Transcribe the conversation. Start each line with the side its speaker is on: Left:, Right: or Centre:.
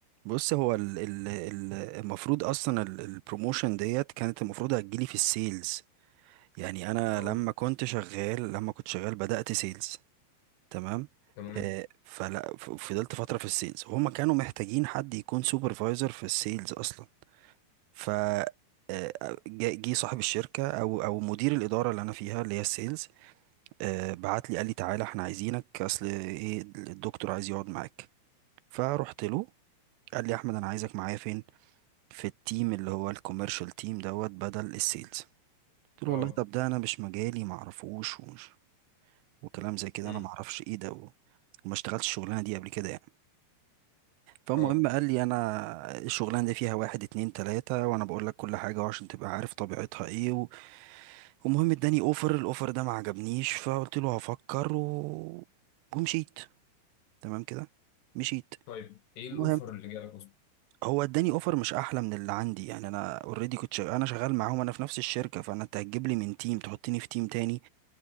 Right: بص هو ال ال ال المفروض اصلا ال- البروموشن ديت كانت المفروض هتجيلي في السيلز يعني انا
Left: اه
Right: لما كنت شغال لما كنت شغال بدأت سيلز تمام
Left: تمام
Right: آه، فلا ف- فضلت فترة في السيلز وهما كانوا محتاجين حد يكون سوبرفايزر في السيلز اصلا ف آه، جه جه صاحب الشركة او او مدير الإدارة اللي انا فيها اللي هي السيلز آه، بعت لي قال لي تعالى احنا عايزينك اصل ايه الدكتور عايز يقعد معاك فروحت له قال لي احمد انا عايزك معايا فين في التيم اللي هو الكوميرشال تيم دوت بدل السيلز قلت له
Left: اه
Right: والله طب ده انا مش مجالي معرفوش ومش وكلام زي كده
Left: امم
Right: انا معرفش ايه ده و- وما اشتغلتش الشغلانه دي قبل كده يعني فالمهم
Left: اه
Right: قال لي انا الشغلانه دي فيها واحد اتنين تلاته وانا بقول لك كل حاجه عشان تبقى عارف طبيعتها ايه و... ومهم اداني اوفر الاوفر ده ما عجبنيش فقلت له هفكر و... ومشيت تمام كده مشيت
Left: طيب ايه الاوفر
Right: المهم
Left: اللي جالك اصلا
Right: هو اداني اوفر مش احلى من اللي عندي يعني انا اوريدي كنت شغال انا شغال معاهم انا في نفس الشركه فانا انت هتجيب لي من تيم تحطني في تيم تاني